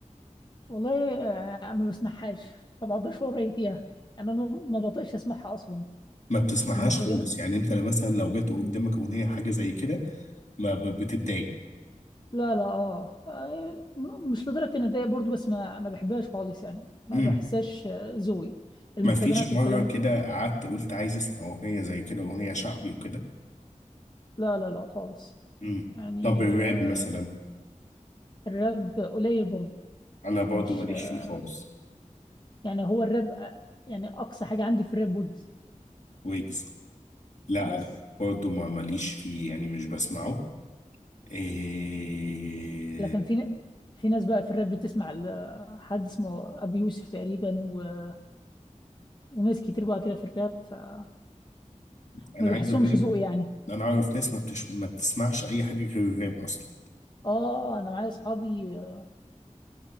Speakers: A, on the left; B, on the left.
A: والله آه، ما بسمعهاش ما بقدرش اقول رايي فيها انا ما ما بطيقش اسمعها اصلا
B: ما بتسمعهاش
A: المهرجان
B: خالص يعني انت مثلا لو جت قدامك اغنيه حاجه زي كده ما ب- بتتضايق
A: لا لا اه آه، مش لدرجة اني اتضايق برضه بس ما ما بحبهاش خالص يعني ما
B: امم
A: بحسهاش آه، ذوقي المهرجانات
B: ما فيش مره
A: والكلام
B: كده
A: ده
B: قعدت قلت عايز اسمع اغنيه زي كده اغنيه شعبي وكده
A: لا لا لا خالص
B: امم
A: يعني
B: طب الراب
A: آه،
B: مثلا
A: الراب قليل برضه
B: انا
A: يعني
B: برضو
A: مش
B: ماليش
A: آه،
B: فيه خالص
A: يعني هو الراب آه، يعني اقصى حاجة عندي في الراب ويجز
B: ويجز لا
A: بس
B: انا برضو ما ماليش فيه يعني مش بسمعه إيه...
A: لكن في ن- في ناس بقى في الراب بتسمع ل- حد اسمه ابي يوسف تقريبا و- وناس كتير بقى كده في الراب فما
B: انا
A: بحسهمش
B: عايز اقول لك
A: ذوقي يعني
B: انا اعرف ناس ما بتش... ما بتسمعش اي حاجه غير الراب اصلا
A: اه انا معايا اصحابي اه